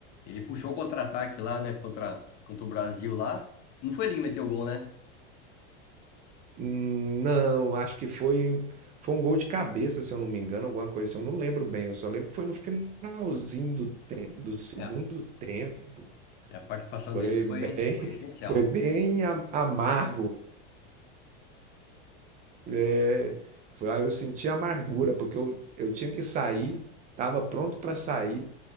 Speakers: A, on the left; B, on the right.
A: Ele puxou o contra-ataque lá, né? Contra, contra o Brasil lá. Não foi ele que meteu o gol, né?
B: Hum, não, acho que foi foi um gol de cabeça, se eu não me engano, alguma coisa assim, eu não lembro bem, eu só lembro que foi no finalzinho do te do segundo
A: É,
B: tempo.
A: é, a participação
B: Foi
A: dele foi,
B: bem
A: foi essencial.
B: <laughs> foi bem a amargo. Eh, foi aí eu senti amargura, porque eu eu tinha que sair, estava pronto para sair,